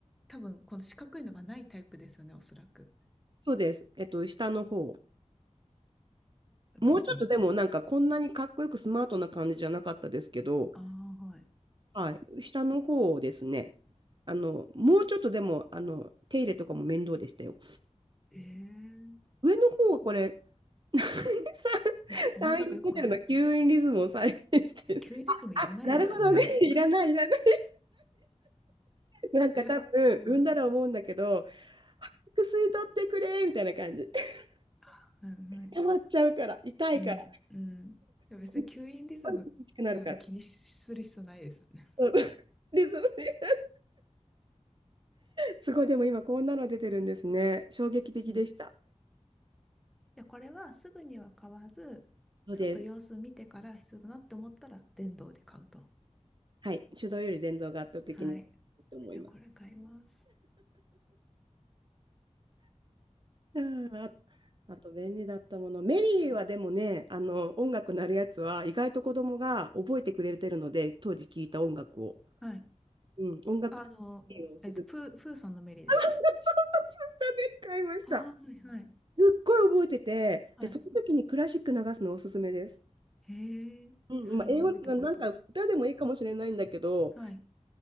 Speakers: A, in the centre; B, on the right.
A: 多分この四角いのがないタイプですよね、おそらく。
B: そうです。えっと、下の方。もうちょっとでもなんかこんなにかっこよくスマートな感じじゃなかったですけど、
A: 別に。ああ、はい。
B: はい、下の方をですね、あの、もうちょっとでも、あの、手入れとかも面倒でしたよ。
A: ええ
B: 上の方はこれ、<laughs> さ
A: な、
B: サインモデルの吸引リズムを再現してる。
A: なんだかよくわかんない。え、キュウリズムいらないですよね。
B: <laughs> なるほどね、<laughs> いらない、
A: <laughs>
B: いらない。なんか多分、
A: いや、はい、
B: 産んだら思うんだけど、早く吸い取ってくれ、みたいな感じ。<laughs>
A: はい、はい。
B: 溜まっちゃうから、痛いから、
A: うん、うん。でも別に吸引リズムなんて気にする必要ないですよね
B: すっごい厳しくなるから。そうそうリズムですごい、でも今こんなの出てるんですね。衝撃的でした。
A: じゃこれはすぐには買わず、
B: そうです。
A: ちょっと様子見てから必要だなって思ったら電動で買うと。
B: はい。手動より電動が圧倒的にいいと思います。
A: はい。じゃあこれ買います。
B: うんあ、あと便利だったもの。メリーはでもね、あの、音楽なるやつは意外と子供が覚えてくれてるので、当時聴いた音楽を。
A: はい。
B: うん、音楽
A: あの、
B: をおすすめ。
A: えっと、プー、プーさんのメリーですか
B: そうそうそう、それ使いました。
A: ああー、はいはい。
B: すっごい覚えてて、
A: はい。
B: で、その時にクラシック流すのおすすめです。
A: へえ、
B: うん、
A: それも覚えておこうと。
B: まあ、英語な、なんか歌でもいいかもしれないんだけど、
A: はい。